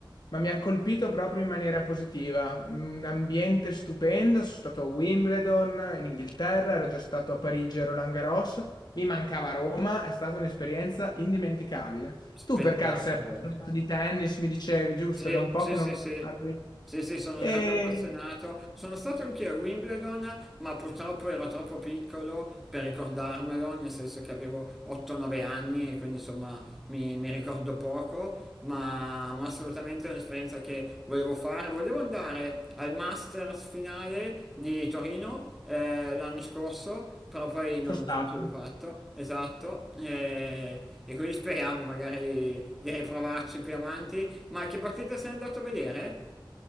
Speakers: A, on the left; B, in the centre.
A: ma mi ha colpito proprio in maniera positiva. Un ambiente stupendo. Sono stato a Wimbledon in Inghilterra, ero già stato a Parigi a Roland Garros. Mi mancava Roma, è stata un'esperienza indimenticabile.
B: spettacolo.
A: Tu per caso sei appassionato di tennis, mi dicevi, giusto?
B: Sì,
A: Da un po'
B: sì,
A: che
B: sì,
A: non lo
B: sì.
A: guardi.
B: Sì, sì, sono
A: E
B: un grande appassionato. Sono stato anche a Wimbledon, ma purtroppo ero troppo piccolo per ricordarmelo, nel senso che avevo 8-9 anni e quindi insomma mi, mi ricordo poco, ma, ma assolutamente è un'esperienza che volevo fare. Volevo andare al Masters finale di Torino eh, l'anno scorso, però poi non,
A: sono stato.
B: non ce l'ho fatto, esatto, e, e quindi speriamo magari di riprovarci più avanti. Ma che partita sei andato a vedere?